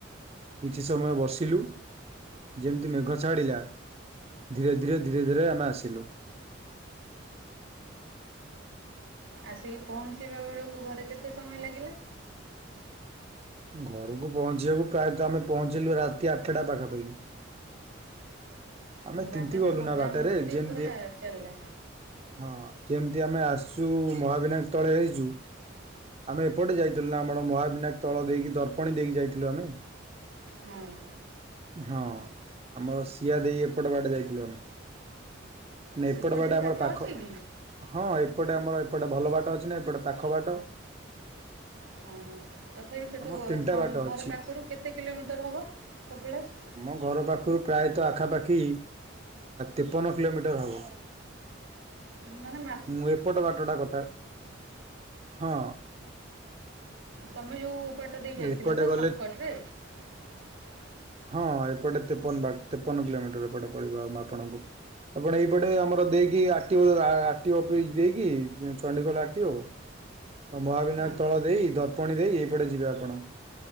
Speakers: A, on the right; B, on the right.
A: କିଛି ସମୟ ବସିଲୁ ଯେମିତି ମେଘ। ଚାଡ଼ିଲା ଧୀରେ ଧୀରେ ଧୀରେ ଧୀରେ ଆମେ ଆସିଲୁ।
B: ଆସିକି ପହଞ୍ଚିବା ବେଳକୁ ଘରେ କେତେ ସମୟ ଲାଗିଲା?
A: ଘରକୁ ପହଞ୍ଚିବାକୁ ପ୍ରାୟତ ଆମେ ପହଞ୍ଚିଲୁ ରାତି ଆଠଟା ପାଖାପାଖି। ଆମେ
B: ବାଟରେ
A: ତିନ୍ତି ଗଲୁ
B: ମଜା
A: ନା ବାଟରେ
B: ମସ୍ତି
A: ଯେମିତି।
B: ପୁରା ଚାଲିଲା।
A: ହଁ ଯେମିତି ଆମେ ଆସିଛୁ ମହାବିନାୟକ ତଳେ ହେଇଛୁ। ଆମେ ଏପଟେ ଯାଇଥିଲୁ ନା ଆମର ମହାବିନାୟକ ତଳ ଦେଇକି ଦର୍ପଣୀ ଦେଇକି ଯାଇଥିଲୁ ଆମେ।
B: ହୁଁ।
A: ହଁ ଆମର ସିଆ ଦେଇ ଏପଟ ବାଟେ ଯାଇଥିଲୁ ଆମେ। ନେ
B: ସେପଟେ
A: ଏପଟେ ପଟେ
B: ବି
A: ଆମର
B: ବାଟ
A: ପାଖ।
B: ଅଛି କି?
A: ହଁ ଏପଟେ ଆମର ଏପଟେ ଭଲ ବାଟ ଅଛି ନା ଏପଟେ ପାଖ ବାଟ।
B: ହୁଁ। ତଥାପି ସେଠୁ
A: ଆମର
B: ଗ
A: ତିନିଟା
B: ତମ
A: ବାଟ
B: ଘର
A: ଅଛି
B: ପାଖରୁ କେତେ କିଲୋମିଟର ହବ କପିଳାସ?
A: ଆମ ଘର ପାଖରୁ ପ୍ରାୟତଃ ଆଖାପାଖି ତେପନ କିଲୋମିଟର ହବ।
B: ମାନେ ମା
A: ମୁଁ ଏପଟ ବାଟଟା କଥା ହଁ।
B: ତମେ ଯୋଉ ବାଟ ଦେଇ ଯାଇଥିଲ
A: ଉଁ ଏପଟେ
B: ତ
A: ଗଲେ।
B: ସର୍ଟକଟ <inaudible>
A: ହଁ ଏପଟେ ତେପନ ବା ତେପନ କିଲୋମିଟର ଏପଟେ ପଳିବ ଆମ ଆପଣଙ୍କୁ। ଆପଣ ଏଇପଟେ ଆମର ଦେଇକି ଆ ଟି ଆ ଆ ଟିି ଅଫିସ ଦେଇକି ଜ ଚଣ୍ଡିଖୋଲ ଆ ଟି ଓ। ମହାବିନାୟ
B: ହଁ
A: ତଳ ଦେଇ ଦର୍ପଣୀ ଦେଇ ଏଇପଟେ ଯିବେ ଆପଣ,